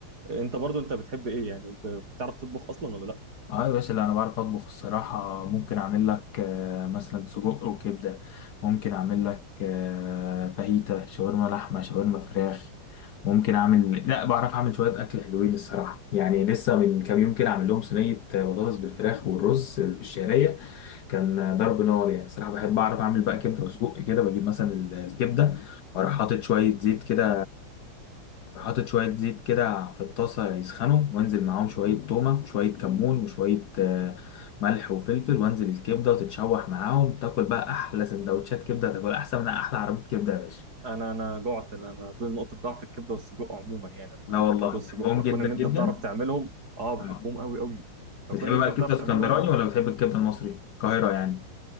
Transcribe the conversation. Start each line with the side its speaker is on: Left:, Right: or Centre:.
Right: آه انت برضو انت بتحب ايه يعني ب- بتعرف تطبخ اصلا ولا لا
Left: اه يا باشا لا انا بعرف اطبخ الصراحه ممكن اعمل لك آه، مثلا سجق وكبده ممكن اعمل لك آه، فاهيتا شاورما لحمه شاورما فراخ ممكن اعمل لا بعرف اعمل شويه اكل حلوين الصراحه يعني لسه من كام يوم كده عامل لهم صينيه بطاطس بالفراخ والرز بالشعريه كان ضرب نار يعني صراحة بحب أعرف أعمل بقى كبدة وسجق كده بجيب مثلا ال- الكبدة وأروح حاطط شوية زيت كده حاطط شوية زيت كده في الطاسة يسخنوا وأنزل معاهم شوية تومة وشوية كمون وشوية آه، ملح وفلفل وأنزل الكبدة وتتشوح معاهم تاكل بقى أحلى سندوتشات كبدة تاكل أحسن من أحلى عربية كبدة يا باشا
Right: انا انا جعت انا أنا دي نقطه ضعف الكبده والسجق عموما يعني انا
Left: لا
Right: بحب
Left: والله
Right: الكبده والسجق
Left: بحبهم
Right: فكون
Left: جدا
Right: ان انت
Left: جدا
Right: بتعرف تعملهم اه بحبهم
Left: آه.
Right: قوي قوي فكون
Left: بتحب
Right: ان
Left: بقى
Right: انت بتعرف
Left: الكبدة
Right: تعملهم
Left: اسكندراني
Right: ده
Left: ولا بتحب الكبدة المصري؟ القاهرة يعني